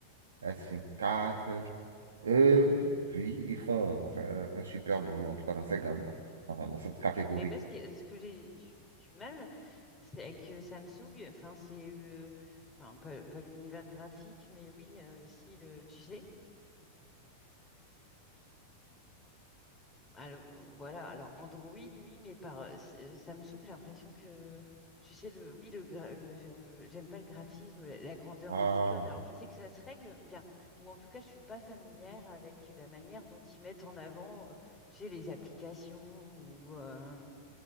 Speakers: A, on the right; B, on the left.
A: s vingt quatre Eux,
B: ouais. Mm.
A: oui, ils font enfin, un, un super boulot, en tout cas dans cette gamme-là, enfin, dans cette catégorie.
B: Mais moi ce que ce que j'ai du, du mal c'est avec euh, Samsung, enfin c'est le enfin pas, pas l'univers graphique mais oui euh, si le tu sais Alors, voilà, alors Android, oui, mais par euh, s- euh, Samsung, j'ai l'impression que, tu sais, le, oui, le, gra- le- je- j'aime pas le graphisme, la, la grandeur
A: Ah,
B: des icônes. Alors, je sais que ça se règle, ou bien, ou en tout cas, je suis pas familière avec la manière dont ils mettent en avant, euh, tu sais, les applications ou, euh,